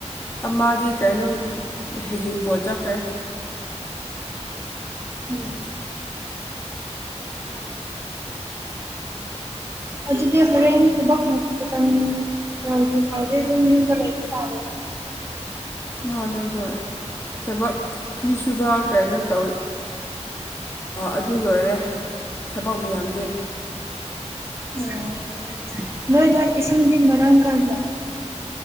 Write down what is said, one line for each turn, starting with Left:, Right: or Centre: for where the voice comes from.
Left: ꯑꯃꯗꯤꯗꯤ ꯀꯩꯅꯣ ꯍꯩꯖꯤꯡꯄꯣꯠ ꯆꯠꯈ꯭ꯔꯦ
Right: ꯎꯝ ꯑꯗꯨꯗꯤ ꯍꯣꯔꯦꯟ ꯊꯕꯛ <unintelligible> ꯌꯧꯗꯤ ꯐꯥꯎꯗꯩ ꯑꯗꯨꯝ ꯌꯨꯝꯗ ꯂꯩꯕ ꯇꯥꯔꯦ
Left: ꯃꯥꯅꯦ ꯍꯣꯏ ꯊꯕꯛ ꯐꯤ ꯁꯨꯕ ꯀꯩꯅꯣ ꯇꯧ ꯑꯗꯨ ꯂꯣꯏꯔꯦ ꯊꯕꯛ ꯃꯤꯌꯥꯝꯗꯤ
Right: ꯑꯣ ꯅꯣꯏꯗ ꯏꯁꯤꯡꯗꯤ ꯃꯔꯥꯡ ꯀꯥꯏꯕ꯭ꯔ